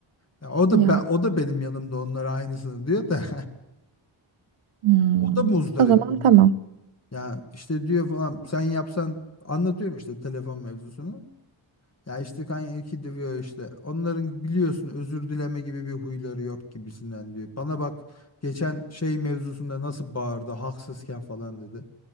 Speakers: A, on the left; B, on the right.
A: Ya o da
B: Ya
A: be- o da benim yanımda onlara aynısını diyor da
B: hmm.
A: <laughs> o da muzdarip
B: O zaman
A: bundan.
B: tamam.
A: Ya işte diyor falan sen yapsan anlatıyorum işte telefon mevzusunu. Ya işte Kanye diyor işte onların biliyorsun özür dileme gibi bir huyları yok gibisinden diyor. Bana bak geçen şey mevzusunda nasıl bağırdı haksızken falan dedi.